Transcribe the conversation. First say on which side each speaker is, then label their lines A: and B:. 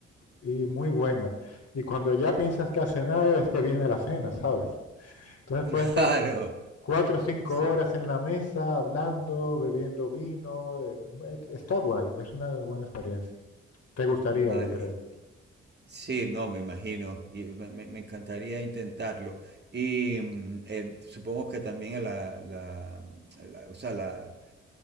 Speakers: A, on the left; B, on the right.
A: y muy buenas. Y cuando ya piensas que has cenado es que viene la cena, ¿sabes? Entonces
B: Claro,
A: puedes estar cuatro o cinco
B: sí,
A: horas en la mesa hablando, bebiendo vino. eh, es- Está guay, es una buena experiencia. Te gustaría,
B: vale.
A: yo creo.
B: Sí, no, me imagino, y me, me- me encantaría intentarlo. Y mm, eh, supongo que también la, la- la- o sea, la,